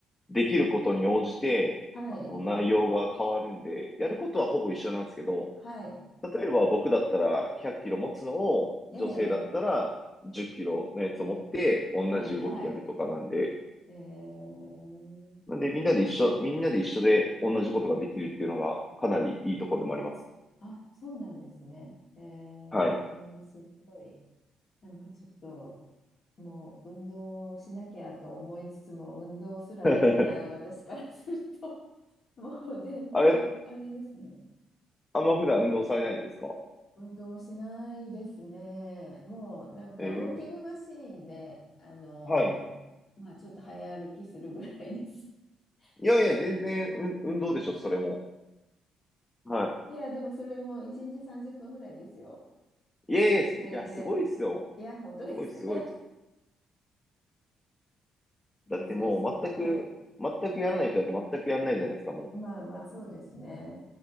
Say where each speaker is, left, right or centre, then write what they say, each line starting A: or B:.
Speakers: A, on the left (about 20°); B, on the left (about 55°).
A: う、できることに応じて、
B: はい、
A: あの、内容が変わるんで、やることはほぼ一緒なんですけど、
B: はい、
A: 例えば僕だったら100キロ持つのを、
B: ええ
A: 女性だったら10キロのやつを持って同じ動きやるとかなんで、
B: はい、はい。えー、
A: なんでみんなで一緒、みんなで一緒で同じことができるっていうのがかなりいいところでもあります。
B: あ、そうなんですね。えー、
A: はい。
B: すごい。なんかちょっと、もう運動しなきゃと思いつつも、運動すらできない私からすると、
A: <laughs>
B: <laughs> もう全然、
A: あれ、
B: あれですね。
A: あんま普段運動されないんですか
B: 運動しないですね。もうなんかウォーキングマシーンで、
A: え
B: あのーまあちょっと早歩きするぐらいです。
A: ーはい。
B: <laughs>
A: いやいや、
B: いち
A: 全然運運動でしょ、それも。はい。
B: いや、でもそれも1日30分ぐらいですよ。
A: いやいや、いや、
B: 全然。
A: すごいっすよ。
B: いや、本当ですか。
A: すごいすごいっす。
B: 上手ですね。
A: だってもう全く、
B: はい。
A: 全くやらない人だって全くやらないじゃないですか、もう。
B: まあまあ、そうですね。